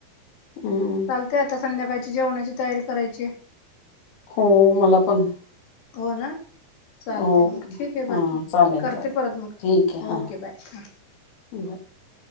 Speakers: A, on the left; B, on the left.
A: हम्
B: चालते आता संध्याकाळची जेवणाची तयारी करायचीय
A: हो मला पण
B: हो, ना चालते
A: ओके
B: मग, ठीक आहे.
A: हां
B: बाकी
A: चालेल
B: करते
A: चालेल
B: परत. मग
A: ठीक आहे हां
B: ओके, बाय हां!
A: <inaudible>